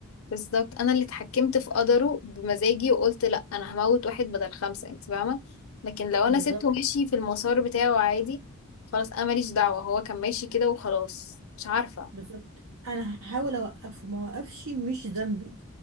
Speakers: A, on the left (about 75°); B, on the right (about 75°).
A: بالظبط انا اللي اتحكمت في قدره بمزاجي وقلت لا انا هموت واحد بدل خمسه انت فاهمه لكن لو انا
B: بالظبط
A: سبته ماشي في المسار بتاعه عادي خلاص انا ماليش دعوه هو كان ماشي كده وخلاص مش عارفه
B: بالظبط انا هحاول اوقفه ما وقفش مش ذنبي